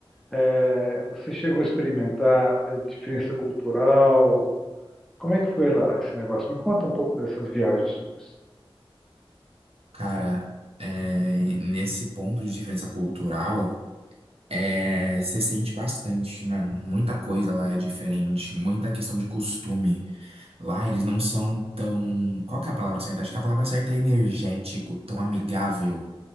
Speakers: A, in the centre; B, on the right (about 80°).
A: É, você chegou a experimentar a diferença cultural? Como é que foi lá esse negócio? Me conta um pouco dessas viagens suas.
B: Cara, é, nesse ponto de diferença cultural, é, você sente bastante, mano. Muita coisa lá é diferente. Muita questão de costume. Lá eles não são tão. Qual que é a palavra certa? Acho que a palavra certa é energético, tão amigável